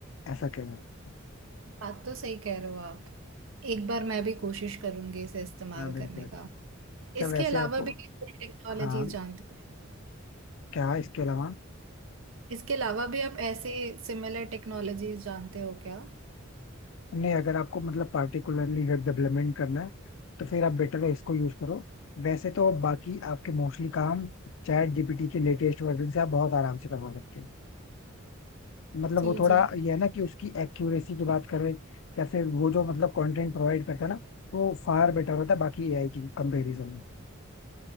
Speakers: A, on the left; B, on the right.
A: ऐसा कहना है
B: बात तो सही कह रहे हो आप एक बार मैं भी कोशिश करूंगी इसे इस्तेमाल
A: हाँ बिल्कुल
B: करने
A: अच्छा
B: का इसके
A: वैसे
B: अलावा
A: आपको
B: भी टेक्नोलॉजी
A: हाँ
B: जानते हो
A: क्या इसके अलावा
B: इसके अलावा भी आप ऐसे सिमिलर टेक्नोलॉजीज जानते हो क्या
A: नहीं अगर आपको मतलब पार्टिकुलरली वेब डेवलपमेंट करना है तो फिर आप बेटर है इसको यूज करो वैसे तो बाकी आपके मोस्टली काम चैट जीपीटी के लेटेस्ट वर्जन से आप बहुत आराम से करवा सकते हैं मतलब
B: जी
A: वो थोड़ा
B: जी
A: ये है ना कि उसकी एक्यूरेसी की बात करें या फिर वो जो मतलब कंटेंट प्रोवाइड करता है ना वो फार बेटर होता है बाकी एआई की कंपेरिजन